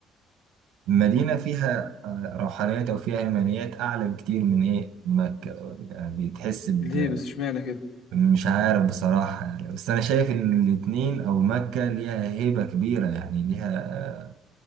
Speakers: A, on the right (about 85°); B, on the left (about 75°).
A: المدينة فيها آه، روحانيات أو فيها إيمانيات أعلى بكتير من إيه مكة يعني بتحس ب
B: ليه بس اشمعنى كده
A: مش عارف بصراحة يعني بس أنا شايف إن الاتنين أو مكة ليها هيبة كبيرة يعني ليها آه،